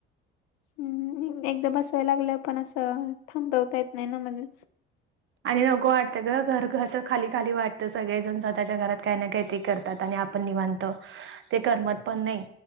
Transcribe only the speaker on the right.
आणि नको वाटतं ग घर अससं खाली खाली वाटतं सगळेजण स्वतःच्या घरात काय ना काय ते करत त्यात आणि आप निवांत ते करमतपण नाही